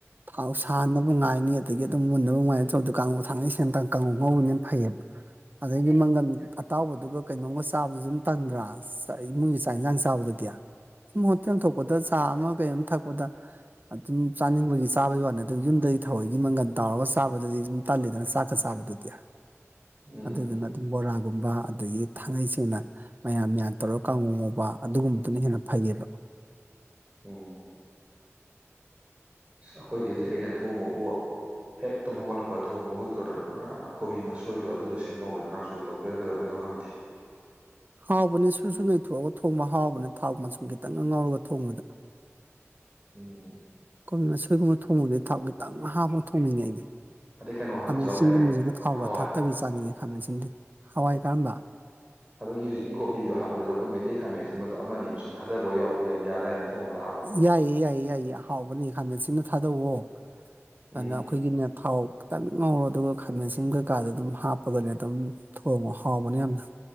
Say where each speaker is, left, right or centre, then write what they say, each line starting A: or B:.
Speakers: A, on the right; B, on the right.
A: ꯊꯥꯎ ꯁꯥꯍꯟꯕ ꯃꯨꯛ ꯉꯥꯏꯅꯤ ꯑꯗꯒꯤ ꯑꯗꯨꯝ ꯃꯨꯟꯅꯕ ꯉꯥꯏꯅꯤ ꯇꯧꯗ ꯀꯥꯡꯕꯨ ꯊꯥꯡꯉꯩ ꯁꯦꯡꯇ ꯀꯥꯡꯉꯧ ꯉꯧꯕꯅ ꯍꯦꯟ ꯐꯩꯌꯦꯕ ꯑꯗꯒꯤ ꯃꯪꯒꯟ ꯑꯇꯥꯎꯕꯗꯨꯒ ꯀꯩꯅꯣꯝꯒ ꯆꯥꯕꯗꯨꯁꯨ ꯑꯗꯨꯝ ꯇꯟꯗ꯭ꯔꯥ ꯑ ꯏꯃꯨꯡꯒꯤ ꯆꯥꯛ ꯌꯦꯟꯁꯥꯡ ꯆꯥꯕꯗꯗꯤ ꯁꯨꯝ ꯍꯣꯇꯦꯜ ꯊꯣꯛꯄꯗ ꯆꯥ ꯑꯃ ꯀꯩ ꯑꯃ ꯊꯛꯄꯗ ꯑꯗꯨꯝ ꯆꯥꯅꯤꯡꯕꯒꯤ ꯆꯥꯕꯩ ꯋꯥꯅꯤ ꯑꯗꯨ ꯌꯨꯝꯗꯗꯤ ꯊꯋꯣꯏꯒꯤ ꯃꯪꯒꯜ ꯇꯥꯎꯔꯒ ꯆꯥꯕꯗꯨꯗꯤ ꯑꯗꯨꯝ ꯇꯜꯂꯤꯗꯅ ꯆꯥꯛꯀ ꯆꯥꯕꯗꯨꯗꯤ
B: ꯎꯝ
A: ꯑꯗꯨꯗꯨꯅ ꯑꯗꯨꯝ ꯕꯣꯔꯥꯒꯨꯝꯕ ꯑꯗꯒꯤ ꯊꯥꯡꯉꯩꯁꯤꯡꯅ ꯃꯌꯥꯟ ꯃꯌꯥꯟ ꯇꯧꯔꯒ ꯀꯥꯡꯉꯧ ꯉꯧꯕ ꯑꯗꯨꯒꯨꯝꯕꯗꯨꯅ ꯍꯦꯟꯅ ꯐꯩꯌꯦꯕ
B: ꯎꯝ ꯑꯁ ꯑꯩꯈꯣꯏꯗꯤ ꯍꯧꯖꯤꯛ ꯑꯩꯅ ꯊꯣꯛꯎꯕꯕꯨ ꯍꯦꯛ ꯇꯨꯝ ꯍꯧꯒꯠꯂꯛꯄ ꯑ ꯊꯣꯛꯎꯕꯕꯨ ꯑꯩꯈꯣꯏꯀ ꯀꯣꯕꯤ ꯃꯁꯣꯏꯗꯣ ꯑꯗꯨꯗꯣ ꯁꯦꯝꯍꯧꯋꯦ ꯀꯥꯡꯁꯣꯏ ꯇꯧꯗꯣꯏꯔꯥ ꯀꯩꯗꯧꯗꯣꯏꯅꯣ ꯈꯪꯗꯦ
A: ꯍꯥꯎꯕꯅꯦ ꯁꯨꯔ ꯁꯨꯔ ꯅꯩꯊꯣꯛꯑꯒ ꯊꯣꯡꯕ ꯍꯥꯎꯕꯅꯦ ꯊꯥꯎ ꯃꯆꯨꯝ ꯈꯤꯇꯪꯒ ꯉꯥꯎꯔꯒ ꯊꯣꯡꯕꯗ
B: ꯎꯝ
A: ꯀꯣꯕꯤ ꯃꯁꯣꯏꯒꯨꯝꯕ ꯊꯣꯡꯕꯗꯤ ꯊꯥꯎꯀꯤꯇꯡ ꯍꯥꯞꯄꯒ ꯊꯣꯡꯅꯤꯡꯉꯦ ꯑꯩꯗꯤ
B: ꯑꯗꯩ ꯀꯩꯅꯣ ꯍꯥꯞꯄꯁꯨ
A: ꯈꯥꯃꯦꯟ
B: ꯌꯥꯎꯗꯥꯏꯅꯦ
A: ꯑꯁꯤꯟꯒꯨꯝꯕꯁꯤꯅ ꯊꯥꯎꯒ
B: ꯍꯣꯏ
A: ꯊꯥꯛꯇꯕꯤ ꯆꯥꯅꯤꯡꯉꯦ ꯈꯥꯃꯦꯟ ꯑꯁꯤꯗꯤ ꯍꯋꯥꯏ ꯀꯔꯝꯕ
B: ꯑꯗꯒꯤ ꯍꯧꯖꯤꯛꯀꯤ ꯀꯣꯕꯤꯗꯣ ꯍꯥꯞꯄꯗ ꯑꯩꯈꯣꯏ ꯃꯩꯇꯩ ꯈꯥꯃꯦꯟꯑꯁꯤꯃꯟꯕꯗꯣ ꯑꯃꯑꯅꯤ ꯁꯨꯝ ꯊꯥꯗꯕ ꯌꯥꯎꯕꯣꯏ ꯌꯥꯗꯥꯏꯅꯦ ꯊꯣꯡꯕꯗ ꯍꯥꯞ
A: ꯌꯥꯏꯌꯦ ꯌꯥꯏꯌꯦ ꯌꯥꯏꯌꯦ ꯍꯥꯎꯕꯅꯦ ꯈꯥꯃꯦꯟ ꯑꯁꯤꯟꯕ ꯊꯥꯗꯧꯋꯣ
B: ꯎꯝ
A: ꯑꯅꯥ ꯑꯈꯣꯏꯒꯤꯅꯦ ꯊꯥꯎ ꯈꯤꯇꯪ ꯉꯧꯔꯣ ꯑꯗꯨꯒ ꯈꯥꯃꯦꯟꯑꯁꯤꯟꯕ ꯀꯩꯀꯥꯗꯣ ꯑꯗꯨꯝ ꯍꯥꯞꯄꯒꯅꯦ ꯑꯗꯨꯝ ꯊꯣꯡꯉꯣ ꯍꯥꯎꯕꯅꯦ ꯌꯥꯝꯅ